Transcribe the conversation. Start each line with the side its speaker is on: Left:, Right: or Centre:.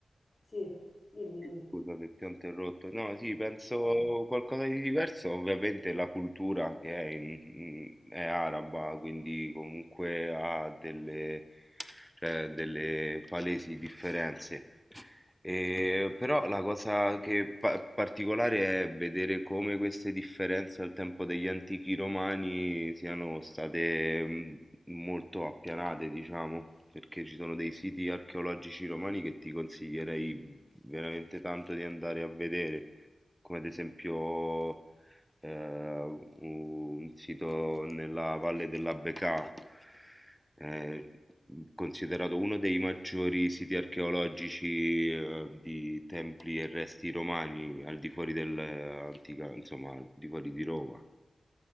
Left: Sì, dimmi,
Centre: sì,
Left: dimmi.
Centre: Scusa se ti ho interrotto. No, sì, penso
Left: Ah,
Centre: qualcosa di diverso. Ovviamente la cultura che è, in- in- è araba, quindi comunque ha delle, cioè, delle palesi differenze. E, però la cosa che pa- particolare è vedere come queste differenze al tempo degli antichi romani siano state mh, molto appianate, diciamo, perché ci sono dei siti archeologici romani che ti consiglierei veramente tanto di andare a vedere, come ad esempio eh, un sito nella Valle della Becà, eh, considerato uno dei maggiori siti archeologici eh, di templi e resti romani al di fuori dell'antica, insomma, al di fuori di Roma.